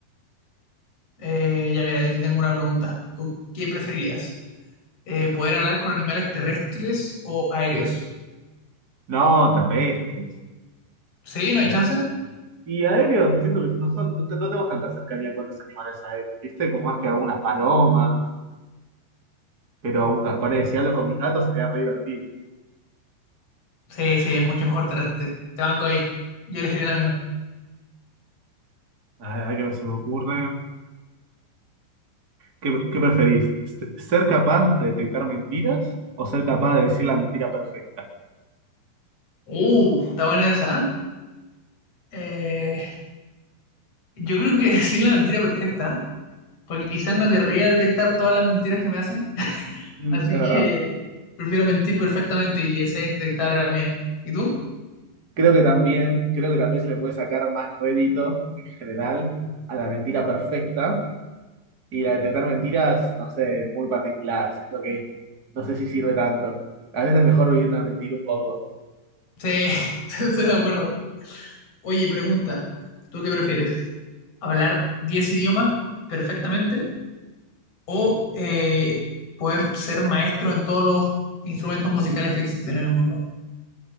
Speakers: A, on the left; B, on the right.
A: Eh, ya mira, yo te tengo una pregunta, ¿tú qué preferirías? eh, poder hablar con animales terrestres o aéreos.
B: No, terrestres.
A: Sí, no hay chance.
B: Sí. Y aéreos, siento que no son, no, te- no tenemos tanta cercanía con los animales aéreos, ¿viste? Como más que algunas palomas, pero un, ga- ponele, si hablo con mis gatos sería re divertido.
A: Sí, sí, es mucho mejor terrestre. Te banco ahí. Yo elegiría la misma.
B: A ver, a ver qué se me ocurre. ¿Qué, qué preferís? ¿Se- ¿Ser capaz de detectar mentiras o ser capaz de decir la mentira perfecta?
A: Uh, está buena esa. ¿eh? Eh, yo creo que <laughs> decir la mentira perfecta, ¿eh? porque quizás no querría detectar todas las mentiras que me hacen.
B: Mm,
A: Así
B: es
A: que
B: verdad.
A: prefiero mentir perfectamente y que sea indetectable la mía. ¿Y tú?
B: Creo que también, creo que también se le puede sacar más rédito en general a la mentira perfecta y la de detectar mentiras, no sé, muy particular. Siento que no sé si sirve tanto. A veces es mejor vivir una mentira un poco.
A: Sí, <laughs> estoy de acuerdo. Oye, pregunta, ¿tú qué prefieres? ¿Hablar 10 idiomas perfectamente? o eh, poder ser maestro en todos los instrumentos musicales que existen en el mundo.